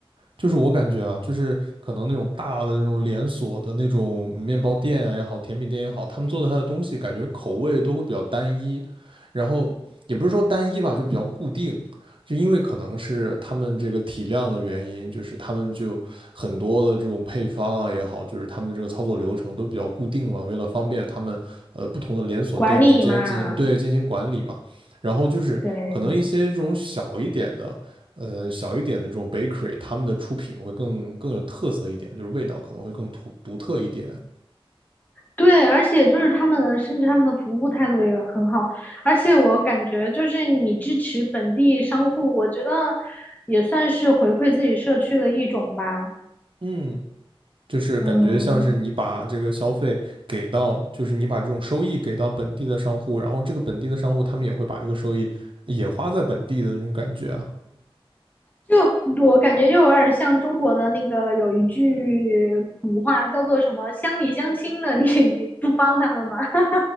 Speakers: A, on the right; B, on the left.
A: 就是我感觉啊，就是可能那种大的那种连锁的那种面包店啊也好，甜品店也好，他们做的它的东西感觉口味都会比较单一，然后也不是说单一吧，就比较固定。就因为可能是他们这个体量的原因，就是他们就很多的这种配方啊也好，就是他们的这个操作流程都比较固定了，为了方便他们呃不同的连锁店之间进行对进行管理嘛。
B: 管理嘛，
A: 然后就是可能一些这种小一点的，
B: 对，
A: 呃小一点的这种 bakery，他们的出品会更更有特色一点，就是味道可能会更独独特一点。
B: 对，而且就是他们的，甚至他们的服务态度也很好，而且我感觉就是你支持本地商户，我觉得也算是回馈自己社区的一种吧。
A: 嗯，就是感觉像是你把这个消费给到，
B: 嗯。
A: 就是你把这种收益给到本地的商户，然后这个本地的商户他们也会把这个收益也花在本地的那种感觉啊。<laughs>
B: 就我感觉就有点像中国的那个有一句古话叫做什么“乡里乡亲”的，你 <laughs> 你不帮他们吗？<laughs>